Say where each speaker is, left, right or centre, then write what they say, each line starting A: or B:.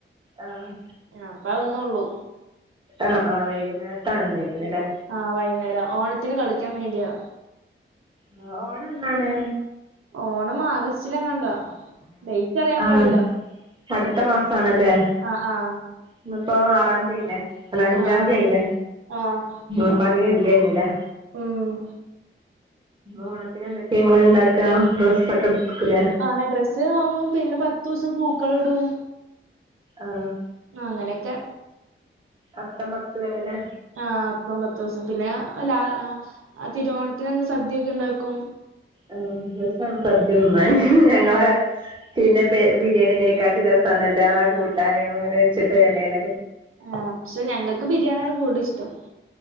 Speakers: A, on the right; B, on the right.
A: ആഹ്
B: ആ അപ്പ ഒന്നള്ളൂ
A: ആഹ ആഹ് വൈകുന്നേരത്തണ ഉണ്ടായിരിക്കുന്ന അല്ലേ
B: ആഹ് വൈകുന്നേരം ഓണത്തിന് കളിക്കാൻ വേണ്ടിയാ
A: ആ ഓണ എന്നാണ്
B: ഓണം ആഗസ്റ്റിലെങ്ങാണ്ട ഡേറ്റ് അറിയാൻ
A: ആഹ്
B: പാടില്ല
A: അടുത്ത മാസണല്ലേ
B: ആഹ് ആഹ്
A: ഇന്നപ്പ ആറാം തീയ ആയില്ല അല്ല അഞ്ചാംതിയതി
B: ആഹ് ആഹ്
A: ആയില്ല
B: ആഹ്
A: ഇപ്പ അതികം ഇല്ല ഇനി ലേ
B: ഉം
A: ഓണത്തിന് എന്തൊക്കെയ ഇങ്ങ ഇണ്ടാക്കാ ഡ്രസ്സൊക്കെ എടുക്കൂല
B: ആ ഡ്രസ്സ് വാങ്ങും പിന്നെ പത്തു ദിവസം പൂക്കൾ ഇടും
A: ആഹ്
B: ആ അങ്ങനെയൊക്കെ
A: അത്തം പത്ത് വരെ ലെ
B: ആ് അപ്പ പത്ത് ദിവസം പിന്നെ ലാ തിരുവോണത്തിൻ്റെ അന്ന് സദ്യ ഒക്കെ ഉണ്ടാക്കും
A: ആഹ് രസണ് സദ്യ തിന്നാന് ങ്ങളെ
B: ആ
A: പിന്നെ ബിരിയാണിനേക്കാട്ടി രസ സണ് ല്ലാ കൂട്ടാനങ്ങളൾങ്ങനെ വെച്ചിട്ട് ലേല്ലെ
B: ആഹ് പക്ഷെ ഞങ്ങക്ക് ബിരിയാണിയാണ് കൂടുതൽ ഇഷ്ടം